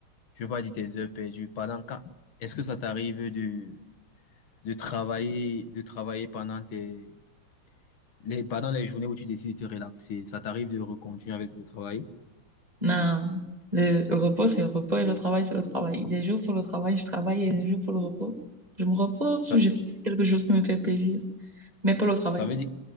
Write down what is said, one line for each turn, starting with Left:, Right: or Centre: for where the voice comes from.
Left: je veux pas dire tes heures perdues, pendant quand, est-ce que ça t'arrive de, de travailler, de travailler pendant tes, les, pendant les journées où tu décides de te relaxer? Ça t'arrive de recontinuer avec le travail?
Right: Non, le le repos, c'est le repos et le travail, c'est le travail. Des jours pour le travail, je travaille et des jours pour le repos, je me repose
Left: Ça,
Right: ou je fais quelque chose qui me fait plaisir, mais pas le
Left: ça
Right: travail.
Left: veut dire,